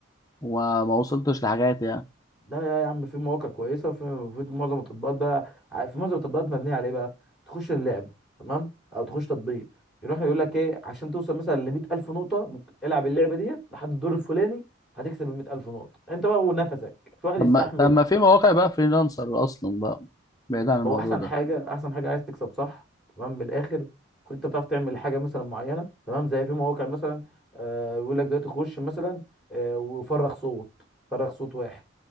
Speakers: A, on the left; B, in the centre.
A: وما وصلتش لحاجات يعني
B: ده يا عم في مواقع كويسه وفي في معظم التطبيقات بقى ع- في معظم التطبيقات مبنيه على ايه بقى تخش اللعبه تمام او تخش تطبيق يروح يقول لك ايه عشان توصل مثلا ل 100000 نقطه ممكن العب اللعبه ديت لحد الدور الفلاني هتكسب ال 100000 نقطه انت بقى ونفسك في واحد
A: طب
B: يستحمل
A: ما طب ما في مواقع بقى فريلانسر اصلا بقى بعيد عن الموضوع
B: هو احسن
A: ده
B: حاجه احسن حاجه عايز تكسب صح تمام من الاخر انت بتعرف تعمل حاجه مثلا معينه تمام زي في مواقع مثلا آه بيقول لك دلوقتي خش مثلا آه وفرغ صوت فرغ صوت واحد